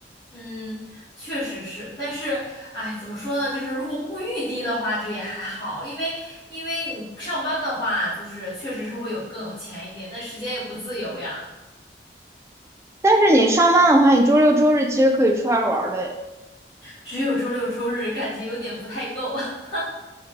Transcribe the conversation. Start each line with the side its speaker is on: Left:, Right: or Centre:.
Left: 嗯，确实是，但是，哎，怎么说呢？就是如果物欲低的话，就也还好，因为因为你上班的话，就是确实是会有更有钱一点，但时间也不自由呀，
Right: 但是你上班的话，你周六周日其实可以出来玩儿的，
Left: 只有周六周日，感觉有点不太够。<laughs>